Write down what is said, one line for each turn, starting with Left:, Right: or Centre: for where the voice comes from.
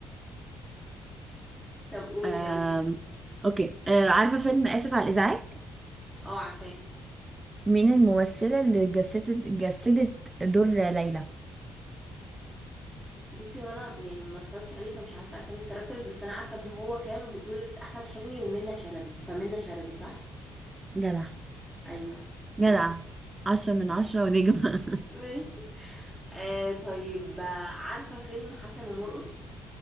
Centre: طب قولي
Right: آم،
Centre: يلا
Right: اوكي آه، عارفة فيلم آسف على الإزعاج
Centre: اه عارفاه
Right: مين الممثلة اللي جسدت جسدت دور ليلى
Centre: بصي هو انا يعني ما اتفرجتش عليه فمش عارفه اسامي الكاركترز بس انا عارفه ان هو كان بطوله احمد حلمي ومنى شلبي فمنى شلبي صح
Right: جدع
Centre: ايوه بس
Right: جدع
Centre: ماشي
Right: عشرة من عشرة ونجمة
Centre: ماشي آه طيب آه، عارفه فيلم حسن ومرقص